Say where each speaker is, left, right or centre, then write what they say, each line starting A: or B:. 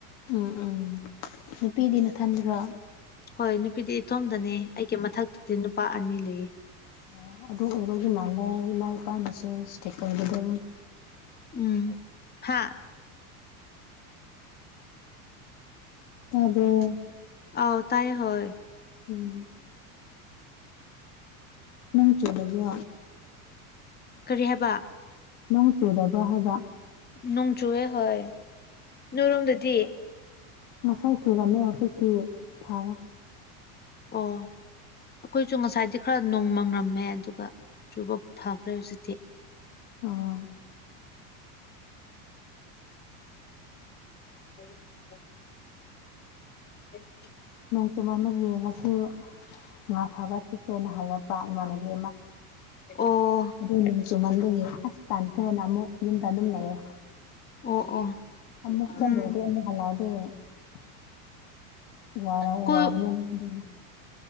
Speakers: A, on the left; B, on the left.
A: ꯎꯝ ꯎꯝ ꯅꯨꯄꯤꯗꯤ ꯅꯊꯟꯗꯔꯣ꯫
B: ꯍꯣꯢ ꯅꯨꯄꯤꯗꯤ ꯏꯇꯣꯝꯗꯅꯦ ꯑꯩꯒꯤ ꯃꯊꯛꯇꯗꯤ ꯅꯨꯄꯥ ꯑꯅꯤ ꯂꯩꯌꯦ꯫
A: ꯑꯣ ꯑꯗꯨꯒꯨꯝꯕꯒꯤ ꯃꯥꯟꯕ ꯏꯃꯥ ꯏꯄꯥꯅꯁꯨ ꯁ꯭ꯇꯔꯤꯛ ꯑꯣꯢꯕꯗꯣ꯫
B: ꯎꯝ ꯍꯥꯥ
A: ꯇꯥꯕ꯭ꯔꯣ꯫
B: ꯑꯧ ꯇꯥꯢꯌꯦ ꯍꯧꯋꯦ
A: ꯎꯝ ꯅꫭꯡ ꯆꯨꯗꯕ꯭ꯔꯣ
B: ꯀꯔꯤ ꯍꯥꯢꯕ꯫
A: ꯅꯣꯡ ꯆꯨꯗꯕ꯭ꯔꯥ ꯍꯥꯢꯕ
B: ꯅꯣꯡꯆꯨꯋꯦ ꯍꯣꯢ ꯅꯣꯢꯔꯣꯝꯗꯗꯤ꯫
A: ꯉꯁꯥꯢ ꯆꯨꯔꯝꯃꯦ ꯍꯧꯖꯤꯛꯇꯤ ꯐꯔꯦ꯫
B: ꯑꯣ ꯑꯩꯈꯣꯢꯁꯨ ꯉꯁꯥꯢꯗꯤ ꯈꯔ ꯅꯣꯡ ꯃꯪꯉꯔꯝꯃꯦ ꯑꯗꯨꯒ ꯆꯨꯕ ꯐꯈ꯭ꯔꯦ ꯍꯧꯖꯤꯛꯇꯤ꯫
A: ꯑꯣ
B: <inaudible> <inaudible>
A: ꯅꯣꯡ ꯆꯨꯃꯝꯕꯒꯤ ꯉꯁꯤ ꯉꯥ ꯐꯥꯕ ꯆꯠꯁꯦꯅ ꯍꯥꯢꯔꯄ ꯏꯃꯥꯟꯅꯕꯤ
B: ꯑꯣ
A: ꯑꯗꯨ ꯆꯨꯃꯟꯕꯒꯤ ꯑꯁ ꯇꯥꯟꯈ꯭ꯔꯦꯅ ꯑꯃꯨꯛ ꯌꯨꯝꯗ ꯑꯗꯨꯝ ꯂꯩꯔꯦ꯫
B: ꯑꯣ ꯑꯣ
A: ꯑꯃꯨꯛ <unintelligible>
B: ꯎꯝ
A: ꯋꯥꯔ
B: ꯀꯣꯏ
A: ꯋꯥꯒꯅꯤ ꯑꯗꯨꯒꯤ